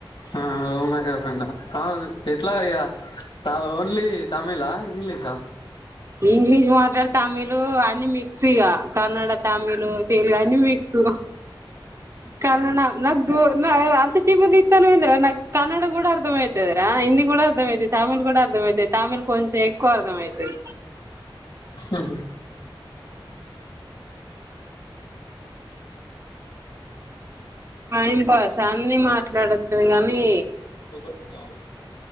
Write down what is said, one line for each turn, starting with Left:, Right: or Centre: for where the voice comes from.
Left: ఆ రూమ్ దగ్గర ఫ్రెండా అవును ఎట్లా ఇగ కాదు ఓన్లీ తమిళా. ఇంగ్లీషా.
Right: ఇంగ్లీష్ మాట్లాడ తమిళ అన్ని మిక్స్ ఇగా కన్నడ, తమిళు తెలుగు అన్ని మిక్స్ కన్నడ నాకు దూ నా ఇ అంత సిగ్గుతీత్తన్నవు ఎందిరా. నాకు కన్నడ కూడా అర్ధమైతదిరా, హిందీ కూడా అర్థమయితది, తమిళు కూడా అర్ధమయితది. తమిళ్ కొంచెం ఎక్కువ అర్థమయితది.
Left: ఉహ్.
Right: టైం పాస్ అన్ని మాట్లాడత్తది కానీ
Left: ఫోటోస్ దిగుదామా,